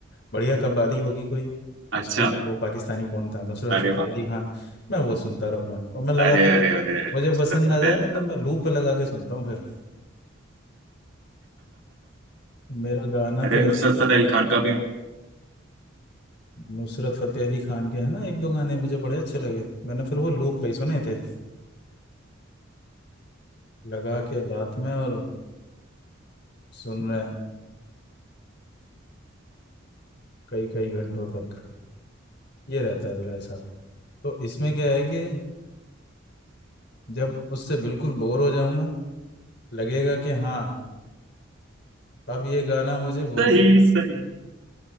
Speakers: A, on the left (about 55°); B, on the right (about 70°).
A: बढ़िया कव्वाली होगी कोई
B: अच्छा
A: उसकी वो पाकिस्तानी कौन था नुसरत
B: अरे
A: फतेह
B: वाह
A: अली खान मैं वो सुनता रहूंगा और मैं लगातार
B: अरे अरे अरे नुसरत
A: मुझे पसंद
B: फतेह
A: आ जाए
B: अली
A: ना
B: खान
A: तो मैं लूप पे लगा के सुनता हूँ फिर मेरा गाना
B: अरे
A: तो ऐसे
B: नुसरत
A: ही चलता
B: फतेह अली
A: है।
B: खान का भी
A: नुसरत फतेह अली खान के है ना एक दो गाने मुझे बड़े अच्छे लगे मैंने फिर वो लूप पे ही सुने थे लगा के लात में और सुन रहे हैं कई कई घंटों तक ये रहता है मेरा हिसाब तो इसमें क्या है कि जब उससे बिल्कुल बोर हो जाऊंगा लगेगा कि हाँ अब ये गाना मुझे बोर
B: सही
A: कर रहा है
B: सही